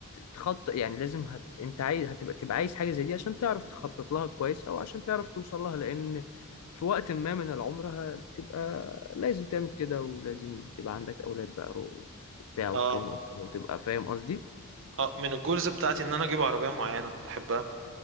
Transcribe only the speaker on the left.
تخطط يعني لازم هت... انت عايز هتبقى تبقى عايز حاجة زي دي عشان تعرف تخطط لها كويس او عشان تعرف توصل لها لان في وقت ما من العمر هتبقى لازم تعمل كده ولازم تبقى عندك اولاد بقى و- وبتاع وتكون
اسرة وتبقى فاهم قصدي